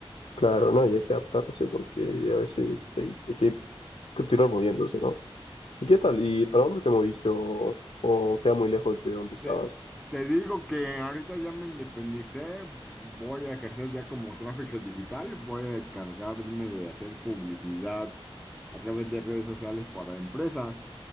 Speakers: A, on the left; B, in the centre.
A: Claro, ¿no? Y hay que adaptarse porque a veces hay, hay que continuar moviéndose, ¿no? ¿Y qué tal? ¿Y para dónde te moviste o, o queda muy lejos de donde estabas?
B: te Te digo que ahorita ya me independicé, voy a ejercer ya como tráfico digital, voy a encargarme de hacer publicidad a través de redes sociales para empresas.